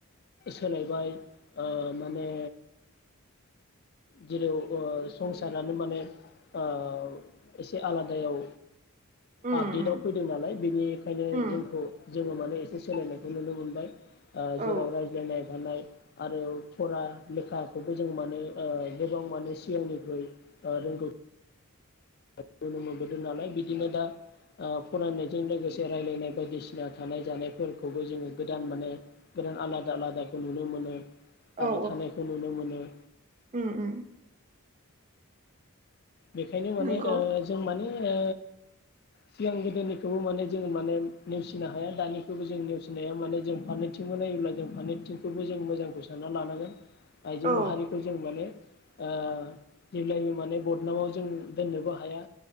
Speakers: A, on the left; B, on the right.
A: सोलायबाय ओ माने जेराव ओ संसारानो माने ओ एसे आलादायाव
B: उम
A: आपडेटआव
B: उम
A: फैदों नालाय बेनि खायनो
B: उम
A: जोंखौ जोङो माने एसे सोलायनायखौ नुनो मोनबाय। ओ
B: औ
A: जेराव रायज्लायनाय गानाय आरो फरा लेखाखौबो जों माने ओ गोबां माने सिगांनिख्रुइ ओ रोंगौ <unintelligible> मोन बोदों नालाय। बिदिनो दा ओ फरायनायजों लोगोसे रायलायनाय बायदिसिना थानाय जानाय फोरखौबो जोङो गोदान माने गोदान आलादा आलादाखौ नुनो मोनो।
B: औ
A: आरो थानायखौ नुनो मोनो।
B: उम उम
A: बेखायनो माने
B: नंगौ
A: ओ जों माने ओ सिगां गोदोनिखौबो माने जोङो माने नेवसिनो हाया। दानिखोबो जों नेवसिनो हाया माने जों फारनैथिंबो नायोब्ला जों फारनैथिंखोबो जों मोजांखौ सानना लानांगोन। आइजो
B: औ
A: माहारिखौ जों माने ओ जेब्लायबो माने ब र नामाव जों दोननोबो हाया।